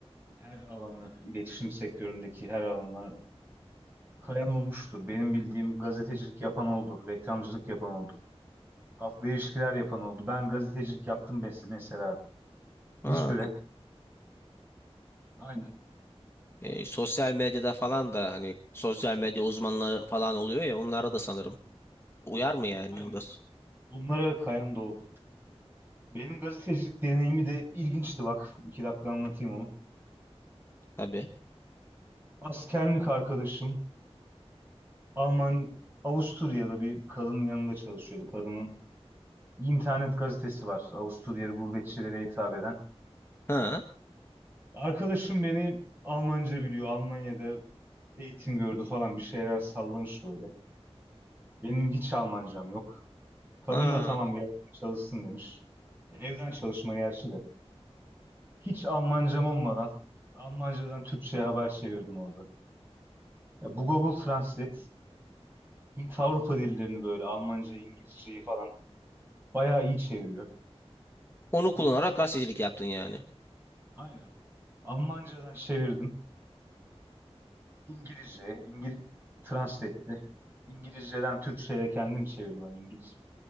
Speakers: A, on the right; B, on the left.
A: her alanı, iletişim sektöründeki her alana kayan olmuştur. Benim bildiğim gazetecilik yapan oldu, reklamcılık yapan oldu, halkla ilişkiler yapan oldu. Ben gazetecilik yaptım mes- mesela
B: Ha,
A: bir süre. Aynen.
B: E, sosyal medyada falan da hani sosyal medya uzmanları falan oluyor ya onlara da sanırım. Uyar mı yani
A: Aynen.
B: o da s-
A: Bunlara kayan da oldu. Benim gazetecilik deneyimi de ilginçti bak. İki dakika anlatayım onu.
B: tabii.
A: Askerlik arkadaşım Alman Avusturya'da bir kadının yanında çalışıyordu. Kadının internet gazetesi var. Avusturyalı gurbetçilere hitap eden.
B: Ha
A: Arkadaşım beni Almanca biliyor. Almanya'da eğitim gördü falan bir şeyler sallamış böyle. Benim hiç Almancam yok. Kadın
B: ha.
A: da tamam gel çalışsın demiş. Evden çalışma gerçi de. Hiç Almancam olmadan Almancadan Türkçe'ye haber çevirdim orada. Ya bu Google Translate Hint Avrupa dillerini böyle Almanca, İngilizceyi falan bayağı iyi çeviriyor.
B: Onu kullanarak
A: Benim de İngilizce
B: gazetecilik yaptın yani.
A: Aynen. Almancadan çevirdim. İngilizce, İngil translate etti. İngilizceden Türkçe'ye de kendim çevirdim. Hani İngiliz